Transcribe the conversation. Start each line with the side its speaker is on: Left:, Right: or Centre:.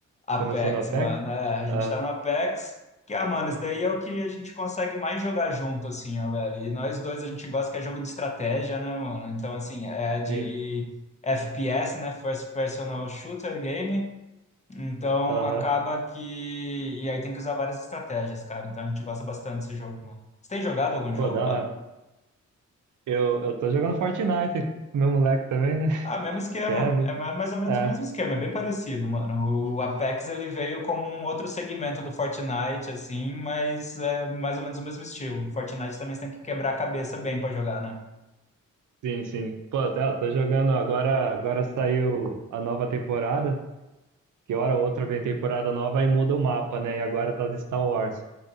Left: Apex,
Right: Começou no Apex?
Left: mano. É, a gente
Right: Ah,
Left: tá no Apex, que, ah, mano, isso daí é o que a gente consegue mais jogar junto, assim, ó, velho. E nós dois a gente gosta que é jogo de estratégia, né, mano? Então, assim, é de
Right: sim.
Left: FPS, né? First Personal Shooter Game. Então,
Right: Aham.
Left: acaba que. E aí tem que usar várias estratégias, cara. Então, a gente gosta bastante desse jogo, mano. Você tem jogado algum jogo,
Right: Pô, da
Left: mano?
Right: hora. Eu, eu tô jogando Fortnite. Meu moleque também, né? <laughs>
Left: Ah, mesmo esquema.
Right: Kevin.
Left: É ma- mais ou menos
Right: É,
Left: o mesmo esquema, é bem parecido, mano. O Apex ele veio como um outro segmento do Fortnite, assim, mas é mais ou menos o mesmo estilo. Fortnite também você tem que quebrar a cabeça bem pra jogar, né?
Right: sim, sim. Pô, tá, eu tô jogando agora. Agora saiu a nova temporada. Que hora ou outra vem temporada nova e muda o mapa, né? E agora tá de Star Wars.